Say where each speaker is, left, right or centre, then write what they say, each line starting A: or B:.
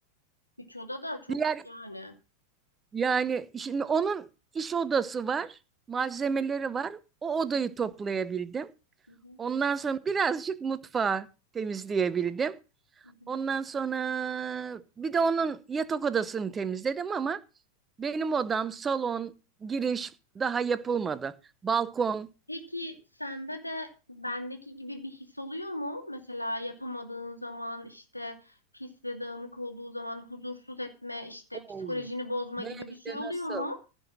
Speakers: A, on the left; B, on the right.
A: Üç oda da çok
B: Diğer
A: yani.
B: yani şimdi onun iş odası var, malzemeleri var. O odayı toplayabildim.
A: Hı hı,
B: Ondan sonra birazcık mutfağı temizleyebildim.
A: hı hı.
B: Ondan sonra bir de onun yatak odasını temizledim ama benim odam, salon, giriş daha yapılmadı. Balkon
A: Peki sende de bendeki gibi bir his oluyor mu? Mesela yapamadığın zaman işte pis ve dağınık olduğu zaman huzursuz etme, işte
B: Oo.
A: psikolojini bozma
B: hem
A: gibi bir şey
B: de
A: oluyor
B: nasıl?
A: mu?